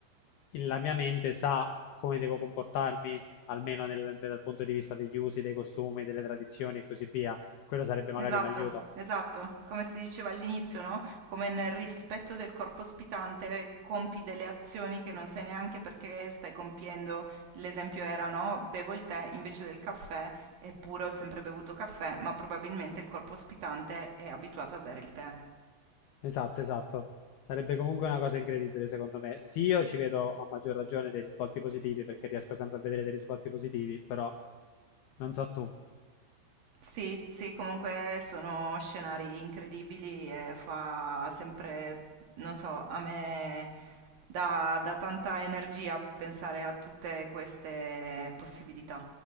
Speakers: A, on the left (about 85°); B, on the right (about 55°).
A: il- la mia mente sa come devo comportarmi, almeno nel- dal punto di vista degli usi, dei costumi, delle tradizioni e così via. Quello sarebbe magari
B: Esatto,
A: un aiuto.
B: esatto, come si diceva all'inizio, no? Come nel rispetto del corpo ospitante compi delle azioni che non sai neanche perché le stai compiendo. L'esempio era, no? Bevo il tè invece del caffè, eppure ho sempre bevuto caffè, ma probabilmente il corpo ospitante è abituato a bere il tè.
A: Esatto, esatto. Sarebbe comunque una cosa incredibile, secondo me. Sì, io ci vedo a maggior ragione dei risvolti positivi perché riesco sempre a vedere dei risvolti positivi, però non so tu.
B: Sì, sì, comunque sono scenari incredibili e fa sempre, non so, a me dà, dà tanta energia pensare a tutte queste possibilità.